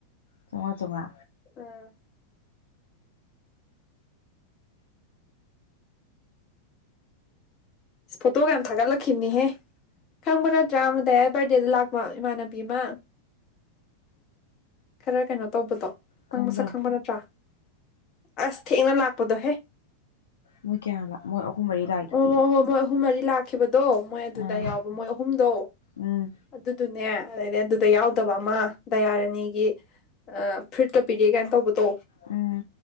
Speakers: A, on the left; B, on the left.
A: ꯆꯧꯉꯥ ꯆꯧꯉꯥ
B: ꯑꯥ ꯐꯣꯇꯣꯒ ꯌꯥꯝ ꯊꯒꯠꯂꯛꯈꯤꯕꯅꯤꯍꯦ ꯈꯪꯕ ꯅꯠꯇ꯭ꯔꯥ ꯑꯃ ꯗꯥꯢꯌꯥꯏ ꯕꯥꯠꯗꯦꯗ ꯂꯥꯛꯄ ꯏꯃꯥꯟꯅꯕꯤ ꯑꯃ ꯈꯔ ꯀꯩꯅꯣ ꯇꯧꯕꯗꯣ ꯅꯪ
A: ꯀꯔꯝꯕꯅꯣ
B: ꯃꯁꯛ ꯈꯪꯕ ꯅꯠꯇ꯭ꯔ ꯑꯁ ꯊꯦꯡꯅ ꯂꯥꯛꯄꯗꯣꯍꯦ
A: ꯃꯣꯏ ꯀꯌꯥꯝ ꯂꯛ ꯃꯣꯏ ꯑꯍꯨꯝ ꯃꯔꯤ ꯂꯥꯛꯏꯗꯨꯗꯤ
B: ꯑꯣ ꯍꯣꯏ ꯍꯣꯏ ꯃꯣꯏ ꯑꯍꯨꯝ ꯃꯔꯤ ꯂꯥꯛꯈꯤꯕꯗꯣ ꯃꯣꯏ ꯑꯗꯨꯗ
A: ꯎꯝ
B: ꯌꯥꯎꯕ ꯃꯣꯏ ꯑꯍꯨꯝꯗꯣ
A: ꯎꯝ
B: ꯑꯗꯨꯗꯨꯅꯦꯑꯗꯩ ꯑꯗꯨꯗ ꯌꯥꯎꯗꯕ ꯑꯃ ꯗꯌꯥꯔꯥꯅꯤꯒꯤ ꯑꯥ ꯐꯨꯔꯤꯠꯀ ꯄꯤꯔꯛꯑꯦ ꯀꯥꯏ ꯇꯧꯕ ꯇꯣ
A: ꯎꯝ